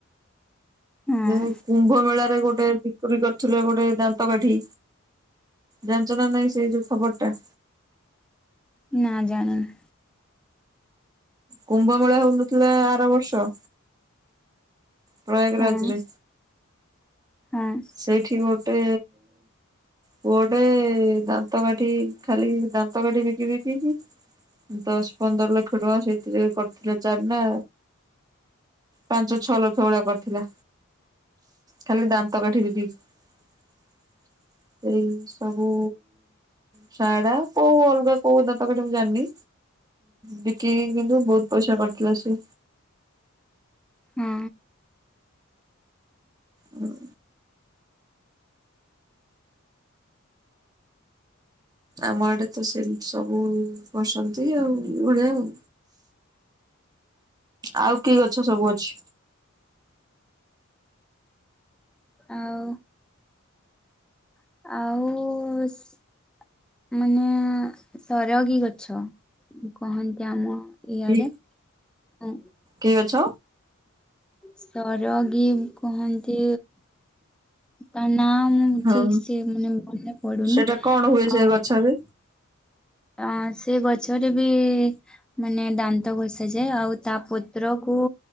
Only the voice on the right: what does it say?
ଯେ କୁମ୍ଭ ମେଳାରେ ଗୋଟେ ବିକରି କରୁଥିଲେ ଗୋଟେ ଦାନ୍ତ କାଠି। ଜାଣିଛ ନା ନାଇଁ ସେଇ ଯୋଉ ଖବର ଟା।
କୁମ୍ଭ ମେଳା ହଉନଥିଲେ ଆର ବର୍ଷ। ପ୍ରୟାଗରାଜ
ରେ
ସେଇଠି ଗୋଟେ ପୁଅଟେ ଦାନ୍ତ କାଠି ଖାଲି ଦାନ୍ତ କାଠି ବିକି ବିକି କି ଦଶ ପନ୍ଦର ଲକ୍ଷ ଟଙ୍କା ସେଇଥିରେ କଟିଲା ଚାନ୍ଦା। ପାଞ୍ଚ ଛଅ ଲକ୍ଷ ଭଳିଆ କରିଥିଲା ଖାଲି ଦାନ୍ତ ଦାନ୍ତ କାଠିବିକି କି ଏଇ ସବୁ ସାଆଡା କୋଉ ଅଲଗା କୋଉ ନା ଦାନ୍ତ କାଠି ମୁଁ ଜାଣିନି। ବିକିକି କିନ୍ତୁ ବହୁତ ପଇସା କରିଥିଲା ସେ।
ହୁଁ। ଆମଆଡେ ତ ସେ ସବୁ ବସନ୍ତି ଆଉ ବଡିଆ ଆଉ। ଆଉ କି ଗଛ ସବୁ ଅଛି।
କି
କି ଗଛ?
ହଁ।
ସେଇଟା କଣ ହୁଏ ସେ
ଗଛରେ?